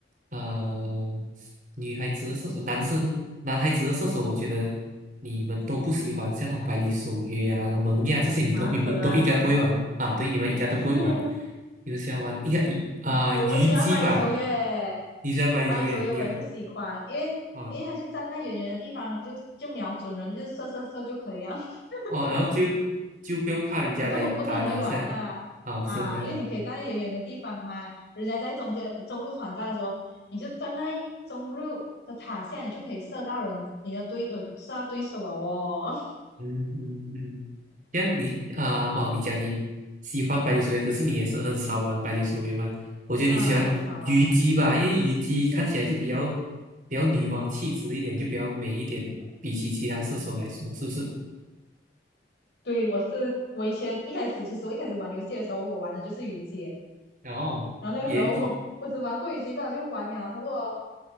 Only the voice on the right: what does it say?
呃女孩子的射手，男生男孩子的射手，我觉得你们都不喜欢，像那种百里守约啊、什么蒙面啊这些，你都你们都应该不会玩啊。
对，你们应该都不会玩，
你们喜欢玩应该以啊、
虞姬吧？你喜欢百里守约，
你
哦
哦，然后就就不用怕人家来打你一下
啊，不是很在玩。
嗯嗯嗯。这样你啊、哦，你讲你喜欢百里守约，可是你也是很少玩百里守约嘛？我觉得你喜欢虞姬吧，
因为虞姬看起来就比较比较女皇气质一点，就比较美一点，比起其他射手来说，是不是？
然后也